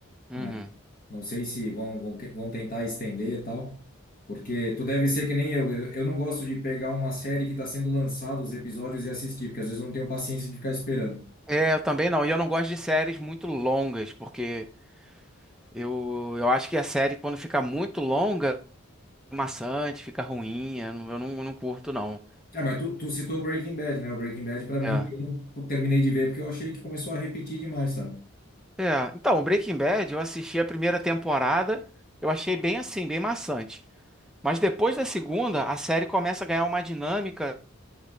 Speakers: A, in the centre; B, on the left (about 40°).
A: Uhum.
B: né? Não sei se vão, vão, que- vão tentar estender e tal, porque tu deve ser que nem eu, eu, eu não gosto de pegar uma série que está sendo lançada, os episódios e assistir, porque às vezes eu não tenho paciência de ficar esperando.
A: É, eu também não. E eu não gosto de séries muito longas, porque eu, eu acho que a série, quando fica muito longa, é maçante, fica ruim. Eu não, eu não, eu não curto, não.
B: Ah, mas tu, tu citou Breaking Bad, né? O Breaking Bad, pra mim,
A: É.
B: eu não terminei de ver porque eu achei que começou a repetir demais, sabe?
A: É. Então, o Breaking Bad, eu assisti a primeira temporada, eu achei bem assim, bem maçante. Mas depois da segunda, a série começa a ganhar uma dinâmica